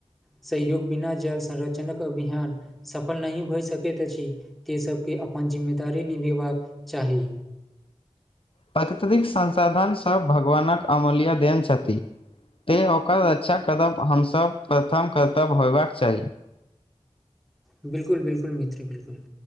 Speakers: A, in the centre; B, on the left.
A: सहयोग बिना जल संरक्षक अभियान सफल नहि होइ सकैत अछि। ते सबके अपन जिम्मेदारी निभेभाक चाही
B: प्राकृतिक संसाधन सब भगवानक अमूल्य देन छथि। तैँ ओकर रक्षा करब हमसब प्रथम कर्तव्य होबाक चाही।
A: बिल्कुल बिल्कुल मित्र बिल्कुल।